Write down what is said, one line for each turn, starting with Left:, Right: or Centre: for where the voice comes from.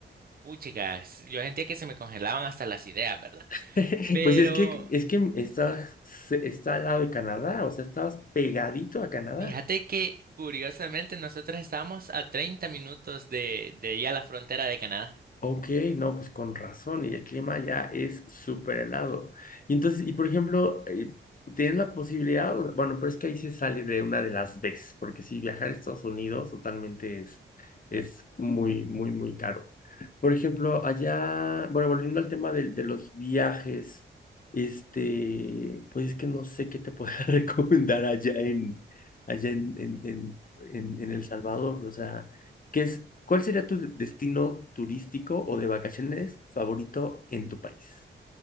Right: puchicas, yo sentía que se me congelaban hasta las ideas, ¿verdad?
Left: <laughs>
Right: Pero
Left: Pues es que, es que estás, está al lado de Canadá, o sea, estabas pegadito a Canadá.
Right: fíjate que curiosamente nosotros estábamos a 30 minutos de, de ya la frontera de Canadá.
Left: Ok, no, pues con razón, y el clima ya es súper helado. Y entonces, y por ejemplo, eh, ¿tienes la posibilidad? O- Bueno, pero es que ahí se sale de una de las veces porque si viajar a Estados Unidos totalmente es, es muy, muy, muy caro. Por ejemplo, allá, bueno, volviendo al tema de, de los viajes, este, pues es que no sé qué te pueda <laughs> recomendar allá en, allá en, en, en, en en El Salvador, o sea. ¿Qué es, cuál sería tu destino turístico o de vacaciones favorito en tu país?